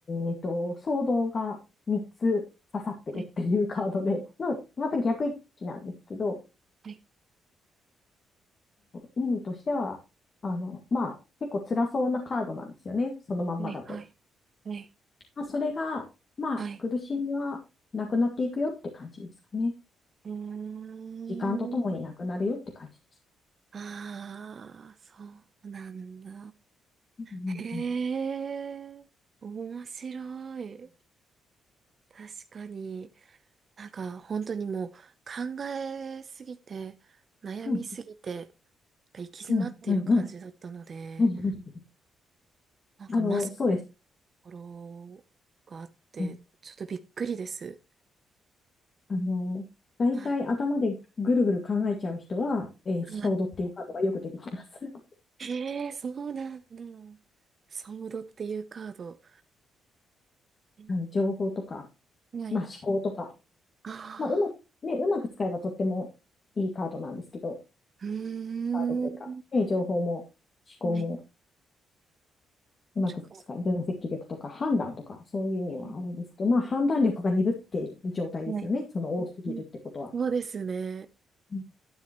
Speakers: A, on the left (about 40°); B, on the right (about 45°).
A: えっと、ソードが3つ刺さってるっていうカードで、
B: い、
A: <laughs> の、また逆位置なんですけど、
B: はい、はい、
A: 意味としては、あの、まあ、結構辛そうなカードなんですよね、そのまんまだと。
B: はい、はい、はい。
A: まあ、それが、まあ、
B: はい
A: 苦しみはなくなっていくよって感じですかね。
B: うーん。
A: 時間とともになくなるよって感じですか
B: ああ、そうなんだ。
A: ね。
B: へえ、
A: うんう
B: 面白い。確かに、なんか本当にもう考えすぎて、悩みすぎて、
A: ん
B: 行き詰まっている感じだったので、
A: うんうんうんうんうんうんうん
B: なんかまさにと
A: あの、そうです。
B: ころがあって、
A: うん
B: ちょっとびっくりです。
A: あの、大体頭でぐるぐる考えちゃう人は、
B: はい。
A: えー、ソードっていうカードがよく出てきます。
B: はい。
A: <laughs>
B: へえ、そうなんだ。ソードっていうカード。うん
A: はい、情報とか、
B: はい。
A: まあ、思考とか、
B: ああ。
A: まあ、うまく、ね、うまく使えばとってもいいカードなんですけど、
B: うーん。
A: カードというか、ね、情報も思考も
B: はねい。
A: うまく使う、
B: ちょっ
A: 分析力とか判断とか、そういう意味はあるんですけど、
B: と
A: まあ判断力が鈍っている状態ですよね。
B: はい。
A: その多すぎるってことは。
B: うんそうですね。
A: うん